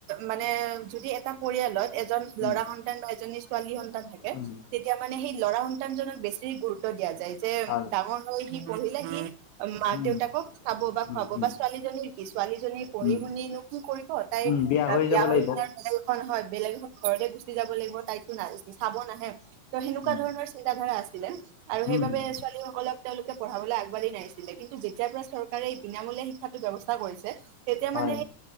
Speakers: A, on the right (about 90°); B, on the left (about 75°).
A: মানে যদি এটা পৰিয়ালত এজন ল'ৰা
B: উম
A: সন্তান বা এজনী ছোৱালী সন্তান থাকে
B: উম
A: তে তেতিয়া মানে সেই ল'ৰা সন্তানজনক বেছি গুৰুত্ব দিয়া যায়, যে
B: হয়
A: ডাঙৰ হৈ সি পঢ়িলে সি মাক
B: উম
A: দেউতাকক খাব বা
B: উম
A: খুৱাব
B: উম
A: বা ছোৱালীজনীৰ কি, ছোৱালীজনীৰ পঢ়ি
B: উম
A: শুনি নো কি কৰিব তাই
B: উম
A: বিয়া
B: যাব
A: হৈ
B: লাগিব
A: পিনে বেলেগ এখন হয়, বেলেগ এখন ঘৰতে গুচি যাব লাগিব তাই চাব নাহে ত' সেনেকুৱা
B: উম
A: ধৰণৰ চিন্ত ধাৰা আছিলে আৰু সেইবাবে
B: উম উম
A: ছোৱালী সকলক তেওঁলোকে পঢ়াবলৈ আগবাঢ়ি নাহিছিলে, কিন্তু যেতিয়াৰপৰা চৰকাৰে এই বিনামূলীয়া শিক্ষাটোৰ ব্যৱস্থা কৰিছে তেতিয়া
B: হয়
A: মানে